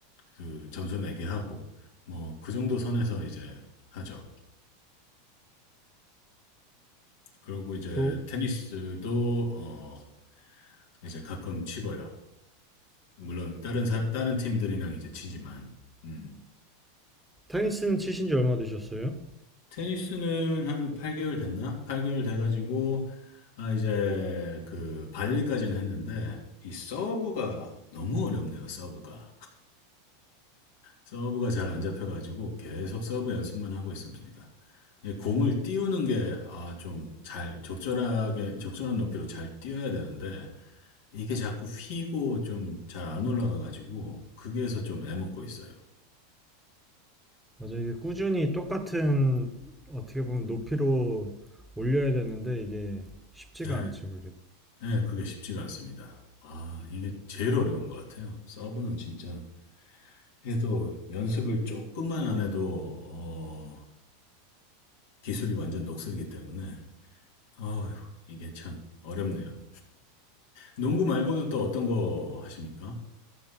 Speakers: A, on the left; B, in the centre.
A: 그 점수 내기 하고, 뭐, 그 정도 선에서 이제 하죠. 그리고 이제
B: 또
A: 테니스도, 어, 이제 가끔 치고요. 물론 다른 사- 다른 팀들이랑 이제 치지만 음.
B: 테니스는 치신 지 얼마나 되셨어요?
A: 테니스는 한 8개월 됐나? 8개월 돼가지고 아 이제 그 발리까지는 했는데 이 서브가 너무 어렵네요. 서브가 서브가 잘 안 잡혀가지고 계속 서브 연습만 하고 있습니다. 예, 공을 띄우는 게, 아, 좀 잘, 적절하게, 적절한 높이로 잘 띄워야 되는데, 이게 자꾸 휘고 좀 잘 안 올라가가지고, 거기에서 좀 애먹고 있어요.
B: 맞아 이게 꾸준히 똑같은 어떻게 보면 높이로 올려야 되는데 이게 쉽지가
A: 네.
B: 않죠 그게.
A: 예, 그게 쉽지가 않습니다. 아, 이게 제일 어려운 것 같아요. 서브는 진짜 해도 연습을 조금만 안 해도, 어, 기술이 완전 녹슬기 때문에, 어, 이게 참 어렵네요. 농구 말고는 또 어떤 거 하십니까?